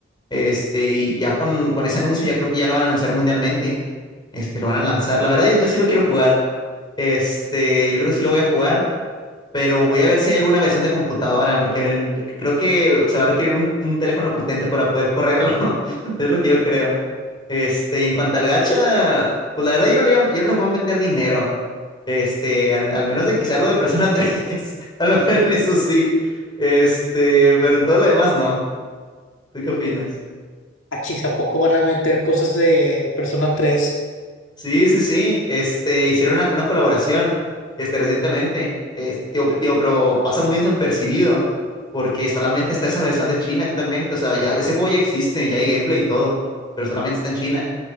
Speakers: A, on the left; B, on the left.
A: este, y ya con, con ese anuncio ya creo que ya lo van a anunciar mundialmente, este, lo van a lanzar, la verdad yo sí lo quiero jugar, este, yo creo que sí lo voy a jugar, pero voy a ver si hay alguna versión de computadora, porque creo que se va a requerir un, un teléfono potente para poder correrlo, <laughs> es lo que yo creo. Este, y en cuanto al gacha, pues la verdad yo no le, iba- yo no le voy a meter dinero. Este, al, al menos de que sea algo de Persona tres <laughs> A lo mejor en eso sí. Este, pero en todo lo demás no. ¿Tú qué opinas?
B: Achis, ¿a poco van a meter cosas de Persona 3?
A: Sí, sí, sí. Este, hicieron una, una colaboración, este, recientemente. Este, tío, tío, pero pasa muy desapercibido porque solamente está esa versión de China actualmente. O sea, ya, ese juego ya existe, ya hay gameplay y todo, pero solamente está en China.